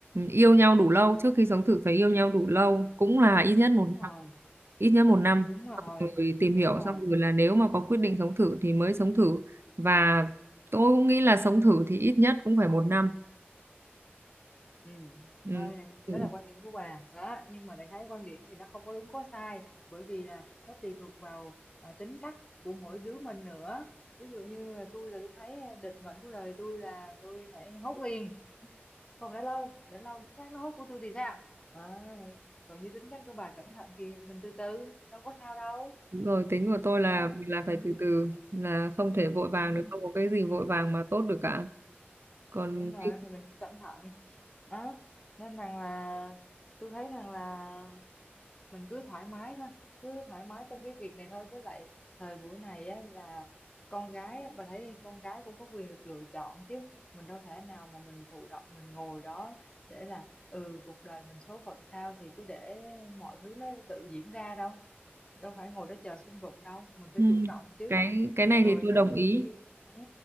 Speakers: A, on the right; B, on the left.
A: yêu nhau đủ lâu trước khi sống thử phải yêu nhau đủ lâu cũng là ít nhất một
B: đúng rồi
A: năm ít nhất một năm
B: đúng rồi
A: Xong rồi tìm
B: đúng
A: hiểu
B: rồi
A: xong rồi là nếu mà có quyết định sống thử thì mới sống thử và tôi cũng nghĩ là sống thử thì ít nhất cũng phải một năm
B: Ừ.
A: Ừ.
B: Ơi,
A: ừ.
B: đó là quan điểm của bà đó nhưng mà đại khái quan điểm thì nó không có đúng có sai bởi vì là nó tùy thuộc vào à, tính cách của mỗi đứa mình nữa ví dụ như là tôi là tôi thấy à, định mệnh của đời tôi là tôi phải hốt liền không để lâu để lâu đứa khác nó hốt của tôi thì sao à, còn như tính cách của bà cẩn thận thì mình từ từ đâu có sao đâu
A: Đúng Rồi tính của tôi là
B: ha.
A: là
B: ừ.
A: phải từ từ là không thể vội vàng
B: Ừ.
A: được không có cái gì vội vàng mà tốt được cả còn
B: đúng rồi
A: cái-
B: thì mình cứ cẩn thận đó nên rằng là tôi thấy rằng là mình cứ thoải mái thôi cứ thoải mái trong cái việc này thôi với lại thời buổi này á, là con gái á, bà thấy đi con gái cũng có quyền được lựa chọn chứ mình đâu thể nào mà mình thụ động mình ngồi đó để là ừ cuộc đời mình số phận sao thì cứ để mọi thứ nó tự diễn ra đâu đâu phải ngồi đó chờ xung đột đâu mình phải
A: ừ.
B: chủ động chứ
A: cái cái này
B: rồi
A: thì tôi
B: nếu
A: đồng
B: như
A: ý
B: cái đi ừ,